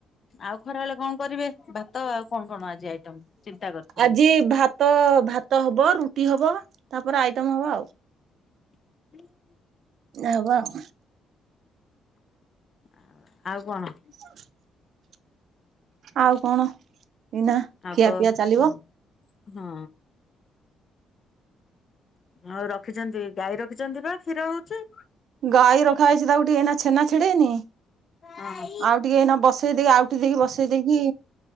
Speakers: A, on the left; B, on the right.
A: ଆଉ ଖରା ବେଳେ କଣ କରିବେ ଭାତ ଆଉ କଣ କଣ ଆଜି ଆଇଟମ ଚିନ୍ତା କରୁଛନ୍ତି?
B: ଆଜି ଭାତ ଭାତ ହବ ରୁଟି ହବ ତାପରେ ଆଇଟମ ହବ ଆଉ।
A: <inaudible>
B: ହବ ଆଉ।
A: ଆ ଆଉ କଣ?
B: <inaudible> ଆଉ କଣ ଏଇନା
A: ଆଉ
B: ଖିଆ
A: ତ
B: ପିଆ ଚାଲିବ।
A: ହଁ। ହଁ। ଆଉ ରଖିଛନ୍ତି ଗାଈ ରଖିଛନ୍ତି ବା କ୍ଷୀର ହଉଛି।
B: ଗାଈ ରଖାଯାଇଛି ତାକୁ ଟିକେ ଏଇନା ଛେନା ଛିଡେନି।
A: ହଁ
B: ଆଉ ଟିକେ ଏଇନା ବସେଇ ଦେଇକି ଆଉ ଟିକେ ଦେଇକି ବସେଇ ଦେଇକି